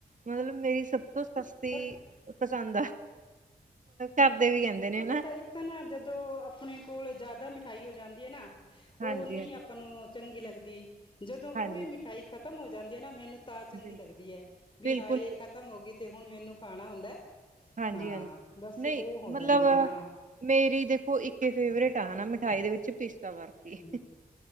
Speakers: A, on the right; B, on the left.
A: ਮਤਲਬ ਮੇਰੀ ਸਭ ਤੋਂ ਸਸਤੀ
B: ਪਤ
A: ਪਸੰਦ ਆ। ਘਰ ਦੇ ਵੀ ਕਹਿੰਦੇ ਨੇ ਹਨਾ
B: ਪਤਾ ਇੱਕ ਤਾਂ ਨਾ ਜਦੋਂ ਆਪਣੇ ਕੋਲ ਜ਼ਿਆਦਾ ਮਿਠਾਈ ਹੋ ਜਾਂਦੀ ਹੈ ਨਾ। ਉਹ
A: ਹਾਂਜੀ
B: ਨਹੀ
A: ਹਾਂਜੀ
B: ਆਪਾਂ ਨੂੰ ਚੰਗੀ ਲੱਗਦੀ ਜਦੋਂ ਉਹੀ
A: ਹਾਂਜੀ
B: ਮਿਠਾਈ ਖਤਮ ਹੋ ਜਾਂਦੀ ਹੈ ਨਾ ਮੈਨੂੰ, ਤਾਂ ਚੰਗੀ
A: ਬਿਲਕੁਲ
B: ਲੱਗਦੀ ਹੈ ਵੀ
A: ਬਿਲਕੁਲ
B: ਹਾਏ ਇਹ ਖ਼ਤਮ ਹੋ ਗਈ ਤੇ ਹੁਣ ਮੈਨੂੰ ਖਾਣਾ ਹੁੰਦਾ।
A: ਹਾਂਜੀ-ਹਾਂਜੀ,
B: ਹਾਂ ਬਸ
A: ਨਹੀ
B: ਉਹ ਹੋ
A: ਮਤਲਬ
B: ਜਾਂਦਾ ਹਾਂ
A: ਮੇਰੀ ਦੇਖੋ ਇੱਕੇ ਫੇਵਰੇਟ, ਫੇਵਰੇਟ ਹੈ ਮਿਠਾਈ ਦੇ ਵਿੱਚ ਪਿਸਤਾ ਬਰਫੀ
B: ਹੂੰ